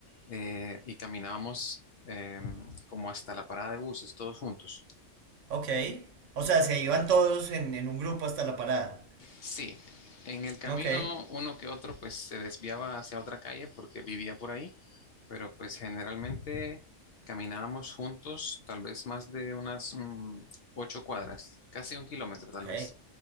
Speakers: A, on the left; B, on the right.
A: eh, y caminábamos eh, como hasta la parada de buses, todos juntos.
B: ok. O sea, se iban todos en, en un grupo hasta la parada.
A: Sí, en el camino
B: Ok,
A: uno que otro pues se desviaba hacia otra calle porque vivía por ahí pero pues generalmente caminábamos juntos, tal vez más de unas mm, ocho cuadras, casi un kilómetro
B: ok.
A: tal vez.